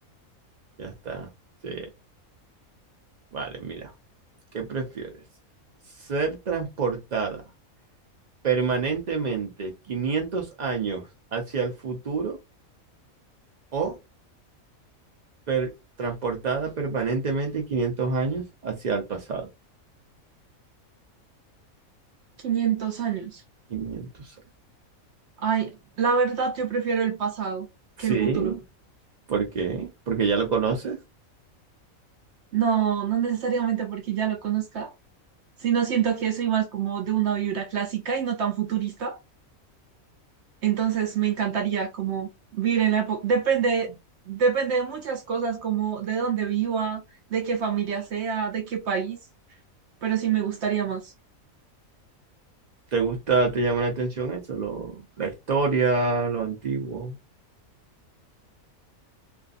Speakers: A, on the right; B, on the right.
A: Ya está. Sí. Vale, mira. ¿Qué prefieres? ¿Ser transportada permanentemente 500 años hacia el futuro o per- transportada permanentemente 500 años hacia el pasado.
B: 500 años.
A: quinientos años.
B: Ay, la verdad yo prefiero el pasado
A: Sí,
B: que el futuro.
A: ¿por qué? Porque ya lo conoces.
B: No, no necesariamente porque ya lo conozca, sino siento que soy más como de una vibra clásica y no tan futurista. Entonces me encantaría como vivir en la época, depende, depende de muchas cosas, como de dónde viva, de qué familia sea, de qué país, pero sí me gustaría más.
A: ¿Te gusta, te llama la atención eso? Lo, la historia, lo antiguo.